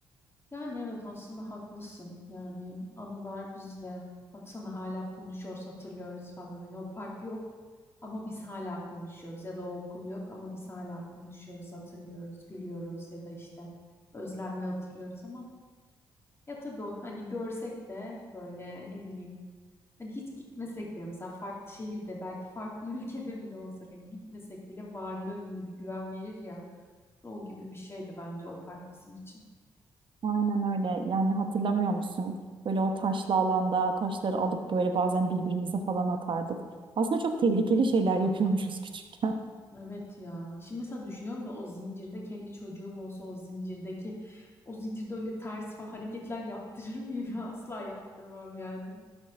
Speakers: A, on the left; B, on the right.
A: Yani evet aslında haklısın. Yani anılar bizle. Baksana hala konuşuyoruz, hatırlıyoruz falan. Hani o park yok ama biz hala konuşuyoruz. Ya da o okul yok ama biz hala konuşuyoruz, hatırlıyoruz, gülüyoruz ya da işte özlemle hatırlıyoruz ama ya tabii o hani görsek de böyle ne bileyim hani hiç gitmesek bile mesela farklı şehirde belki farklı <laughs> ülkede bile olsak hani gitmesek bile varlığı bile bir güven verir ya. O gibi bir şeydi bence o park bizim için.
B: Aynen öyle. Yani hatırlamıyor musun? Böyle o taşlı alanda taşları alıp böyle bazen birbirimize falan atardık. Aslında çok tehlikeli şeyler yapıyormuşuz <laughs> küçükken.
A: Evet ya. Şimdi mesela düşünüyorum da o zincirde kendi çocuğum olsa o zincirdeki o zincirde öyle ters falan hareketler yaptırır mıyım ya? <laughs> Asla yaptırmam yani.